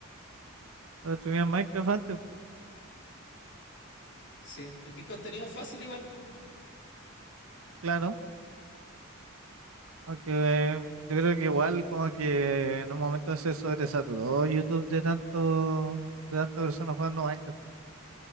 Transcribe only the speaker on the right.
O streamear Minecraft antes,
claro. Aunque eh, yo creo que igual como que en un momento se sobresaturó YouTube de tanto, de tantas personas jugando Minecraft.